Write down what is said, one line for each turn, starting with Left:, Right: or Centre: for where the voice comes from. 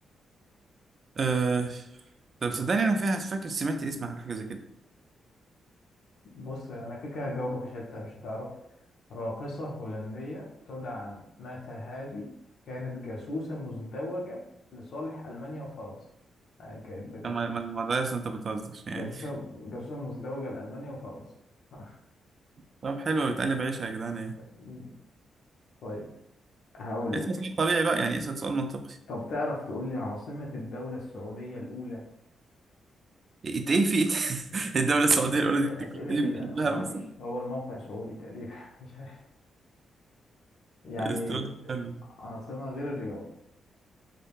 Right: أه... طب صدقني انا فيها فاكر سمعت اسم عن حاجه زي كده
Left: بص أنا كده كده هجاوبك عشان أنت مش هتعرف راقصة هولندية تدعى ماتا هاري كانت جاسوسة مزدوجة لصالح ألمانيا وفرنسا يعني كانت
Right: اما ما ما ما ده اصلا انت بتهزر يعني
Left: جاسوسة جاسوسة مزدوجة لألمانيا وفرنسا <laughs>
Right: <laughs> طب حلو بتقلب عيشها يا جدعان يعني
Left: مم. طيب هقول
Right: اسال
Left: لك
Right: سؤال طبيعي بقى يعني اسال سؤال منطقي
Left: طب تعرف تقول لي عاصمة الدولة السعودية الأولى
Right: انت ايه في <laughs> الدوله السعوديه
Left: وهي
Right: الاولى دي انت
Left: الأسئلة
Right: كنت ايه
Left: كده
Right: بتحبها
Left: معرفش
Right: مثلا
Left: هو الموقع سعودي تقريبا <laughs> مش عارف يعني
Right: استقلال حلو
Left: عاصمة غير الرياض